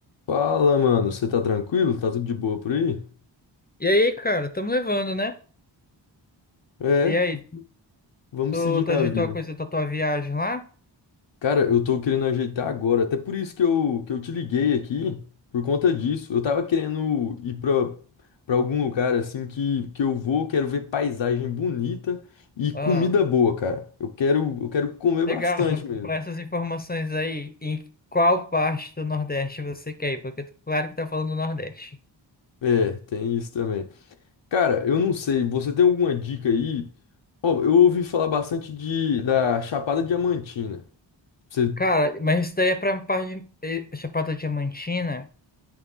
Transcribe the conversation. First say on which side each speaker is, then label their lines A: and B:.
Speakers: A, on the left; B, on the left.
A: Fala, mano, você tá tranquilo? Tá tudo de boa por aí?
B: E aí, cara, estamos levando, né?
A: É,
B: E aí,
A: vamos
B: tu,
A: seguir
B: tu
A: na
B: agitou
A: vida.
B: a coisa da tua viagem lá?
A: Cara, eu tô querendo ajeitar agora, até por isso que eu, que eu te liguei aqui, por conta disso. Eu tava querendo ir pra, pra algum lugar assim que, que eu vou, quero ver paisagem bonita e comida
B: Ah,
A: boa, cara. Eu quero, eu quero comer bastante
B: legal. <laughs>
A: mesmo.
B: Com essas informações aí, em qual parte do Nordeste você quer ir? Porque claro que tá falando do Nordeste.
A: É, tem isso também. Cara, eu não sei, você tem alguma dica aí? Ó, eu ouvi falar bastante de, da Chapada Diamantina. Você.
B: Cara, mas isso daí é pra parte de eh, Chapada Diamantina.